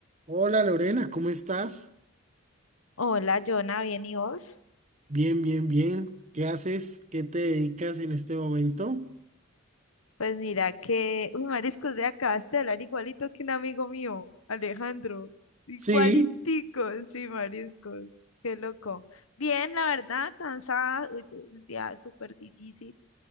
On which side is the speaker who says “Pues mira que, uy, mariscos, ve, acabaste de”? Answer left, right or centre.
Left